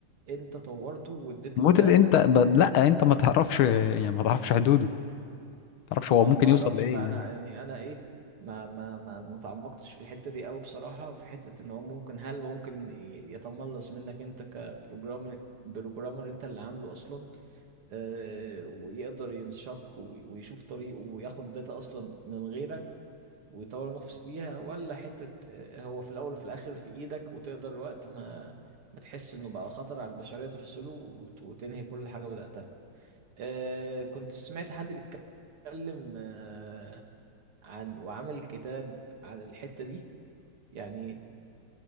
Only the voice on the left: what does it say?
موديل
انت ب... لا انت ما تعرفش يعني ما تعرفش حدوده ما تعرفش
هو
ممكن
يوصل لايه
يعني